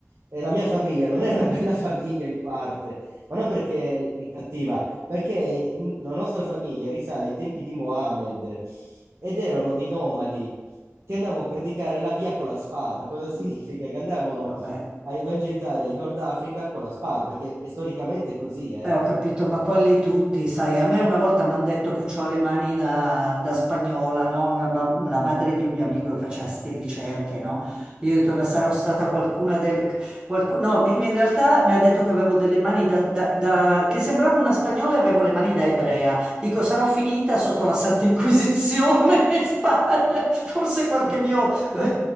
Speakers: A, on the right; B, on the right.
A: e la mia famiglia non è una bella <laughs> famiglia in parte, ma non perché è cattiva, perché n- la nostra famiglia risale ai tempi di Mohammed ed erano dei nomadi che andavano a predicare la via con la spada. Cosa significa? Che andavano
B: <laughs> Vabbè.
A: a evangelizzare il Nord Africa con la spada, perché è storicamente così, eh.
B: Eh, ho capito, ma quelli tutti, sai, a me una volta mi hanno detto che ho le mani da, da spagnola, no? Una, ma- una madre di un mio amico che faceva ste ricerche, no? Io ho detto, ma sarò stata qualcuna del... qualcu- No, in in realtà mi ha detto che avevo delle mani da, da- da- che sembravo una spagnola e avevo le mani da ebrea. Dico, sarò finita sotto la Santa Inquisizione <laughs> in Spagna, forse qualche
A: <laughs>
B: mio <laughs>